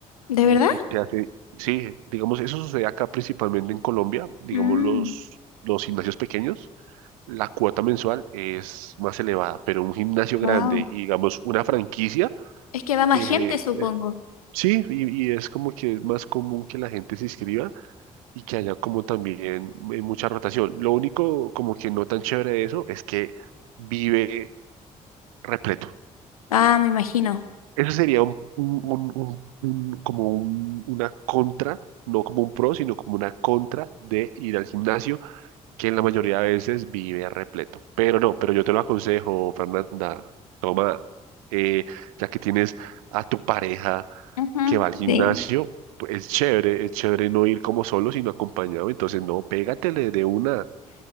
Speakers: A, on the left; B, on the right.
A: ¿De
B: Y,
A: verdad?
B: y te hace, sí, digamos, eso sucede acá principalmente en Colombia, digamos,
A: Mm,
B: los, los gimnasios pequeños, la cuota mensual es más elevada, pero un gimnasio grande
A: wow.
B: y digamos una franquicia,
A: Es que va más
B: eh,
A: gente, supongo.
B: sí, y, y es como que es más común que la gente se inscriba. y que haya como también eh, mucha rotación. Lo único como que no tan chévere de eso es que vive repleto.
A: Ah, me imagino.
B: Eso sería un, un- un- un- un- como un- una contra, no como un pro, sino como una contra de ir al gimnasio, que en la mayoría de veces vive repleto. Pero no, pero yo te lo aconsejo, Fernanda, toma, eh, ya que tienes a tu pareja
A: Ujú.
B: que va al gimnasio,
A: Sí.
B: pues, es chévere, es chévere no ir como solo, sino acompañado. Entonces, no, pégatele de una.